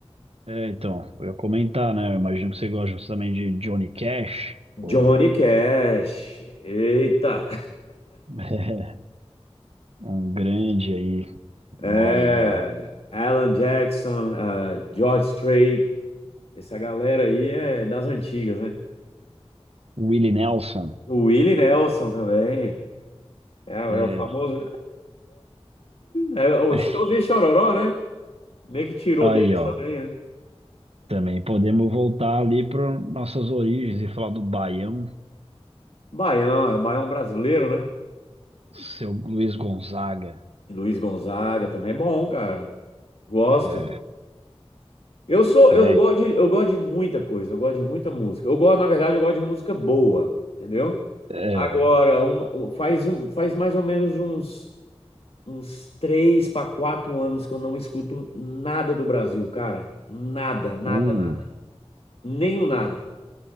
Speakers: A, on the right (about 70°); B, on the left (about 65°).
A: é, então, eu ia comentar, né? Eu imagino que você gosta também de Johnny Cash ou
B: Johnny Cash, eita,
A: <laughs> um grande aí
B: <laughs> é,
A: nome da
B: Alan Jackson, ah, George Strait, essa galera aí é das antigas, né?
A: Willie Nelson.
B: O Willie Nelson também, é, é
A: É,
B: o famoso, é o
A: <laughs>
B: Chitãozinho e Chororó, né? Meio que tirou
A: aí,
B: deles
A: ó.
B: também, né?
A: Também podemos voltar ali para nossas origens e falar do Baião,
B: Baião, é Baião brasileiro, né?
A: seu Luiz Gonzaga.
B: E Luiz Gonzaga também é bom, cara. Gosto.
A: É,
B: Eu sou,
A: é,
B: eu gosto de, eu gosto de muita coisa, eu gosto de muita música. Eu gosto, na verdade, eu gosto de música boa, entendeu?
A: é,
B: Agora, um- faz, um- faz mais ou menos uns, uns três para quatro anos que eu não escuto nada do Brasil, cara. Nada, nada,
A: o
B: nada. Nenhum nada.